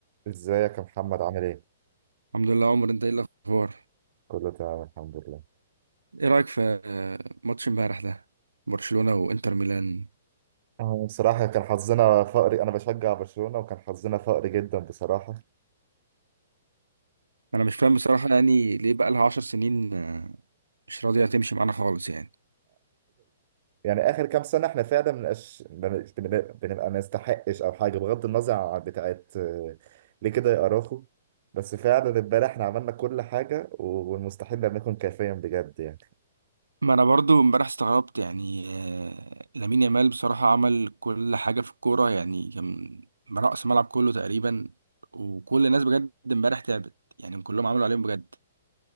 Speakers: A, on the right; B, on the right.
A: ازيك يا محمد عامل ايه؟
B: الحمد لله عمر انت ايه الاخبار
A: كله تمام الحمد لله
B: ايه رايك في آه، ماتش امبارح ده برشلونه وانتر ميلان
A: آه، بصراحة كان حظنا فقري أنا بشجع برشلونة وكان حظنا فقري جدا بصراحة
B: انا مش فاهم بصراحه يعني ليه بقى لها 10 سنين آه، مش راضيه تمشي معانا خالص يعني
A: يعني آخر كام سنة إحنا فعلا منبقاش بنبقى بنبقى ما نستحقش أو حاجة بغض النظر عن بتاعت آه، ليه كده يا أراخو بس فعلا امبارح إحنا عملنا كل حاجة والمستحيل لم يكن كافيا بجد يعني
B: ما انا برضو امبارح استغربت يعني آه، لامين يامال بصراحه عمل كل حاجه في الكوره يعني كان رأس ملعب كله تقريبا وكل الناس بجد امبارح تعبت يعني كلهم عملوا عليهم بجد